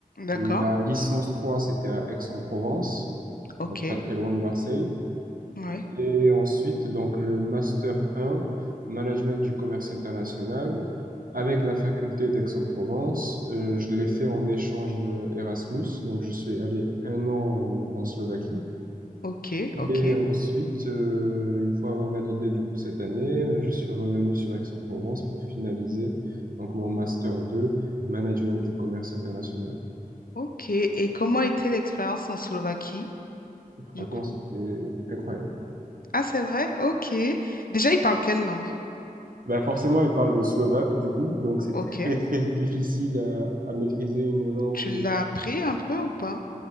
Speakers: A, on the left; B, on the right.
A: D'accord.
B: La licence 3, c'était à Aix-en-Provence,
A: Ok.
B: donc pas très loin de Marseille.
A: Oui
B: Et ensuite, donc, le Master un, Management du commerce international, avec la faculté d'Aix-en-Provence. Euh, je l'ai fait en échange euh, Erasmus, donc je suis allé un an en, en Slovaquie.
A: Ok, ok.
B: Et ensuite, euh, une fois avoir validé du coup cette année, euh, je suis revenu sur Aix-en-Provence pour finaliser donc mon Master 2, Management du commerce international.
A: Ok, et comment était l'expérience en Slovaquie,
B: Franchement,
A: du coup?
B: c'était incroyable.
A: Ah, c'est vrai? Ok. Déjà, ils parlent quelle langue?
B: Ben forcément, il parle le slovaque, du coup, donc c'est
A: Ok.
B: très très <laughs> difficile à, à maîtriser une langue,
A: Tu
B: euh,
A: l'as appris un peu ou pas?